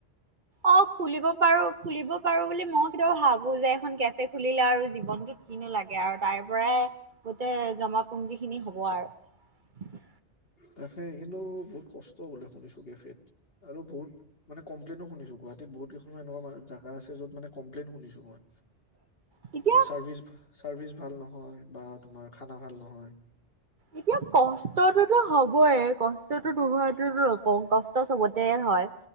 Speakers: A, on the right; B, on the left.
A: অ খুলিব পাৰো খুলিব পাৰো বুলি মই কেতিয়াবা ভাবো যে এখন কেফে খুলিলে আৰু জীৱনটোত কিনো লাগে আৰু তাৰ পৰাই গোটেই জমাপুঞ্জি খিনি হ'ব আৰু
B: তাকে কিন্তু বহুত কষ্ট বোলে শুনিছো কেফেত আৰু বহোত মানে কমপ্লেইন নো শুনিছো গুৱাহীত বহুত গেখনৰ এনেকুৱা জেগা আছে যত মানে কমপ্লেইন শুনিছো মই।
A: তেতিয়া
B: মানে চাৰ্ভিচ চাৰভিচ ভাল নহয়, বা খানা ভাল নহয়।
A: এতিয়া কষ্টটোতো হবই কষ্টতো নোহোৱা নকওঁ কষ্ট চবতে হয়।